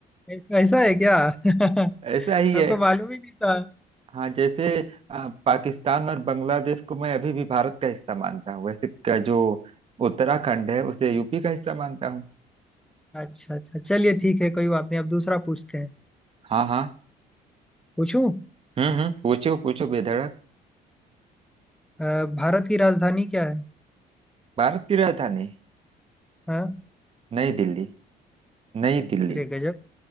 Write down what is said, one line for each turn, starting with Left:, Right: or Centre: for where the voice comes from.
Centre: ऐसा ऐसा है क्या <laughs>
Right: ऐसा ही
Centre: हमको
Right: है
Centre: मालूम ही नहीं था
Right: हाँ जैसे आ, पाकिस्तान और बांग्लादेश को मैं अभी भी भारत का हिस्सा मानता हूँ वैसे का जो उत्तराखंड है उसे
Centre: <laughs>
Right: यूपी का हिस्सा मानता हूँ
Centre: अच्छा अच्छा चलिए ठीक है कोई बात नहीं अब दूसरा पूछते हैं
Right: हाँ हाँ
Centre: पूछूं
Right: हम्म हम्म पूछो पूछो बेधड़क
Centre: अ, भारत की राजधानी क्या है
Right: भारत की राजधानी
Centre: हाँ
Right: नई दिल्ली नई दिल्ली
Centre: अरे गजब